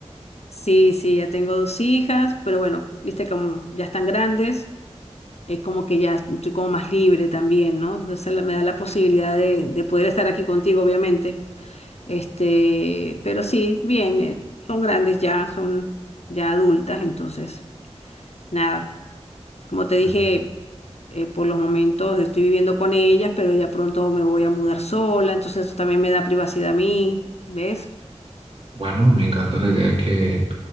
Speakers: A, on the left; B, on the right.
A: Sí, sí, ya tengo dos hijas, pero bueno, viste como ya están grandes, es como que ya estoy como más libre también, ¿no? O sea, me da la posibilidad de, de poder estar aquí contigo, obviamente. Este, pero sí, bien, eh, son grandes ya, son ya adultas, entonces, nada, como te dije,
B: Mm.
A: eh, por los momentos estoy viviendo con ellas, pero ya pronto me voy a mudar sola, entonces eso también me da privacidad a mí, ¿ves?
B: Bueno, me encanta la idea de que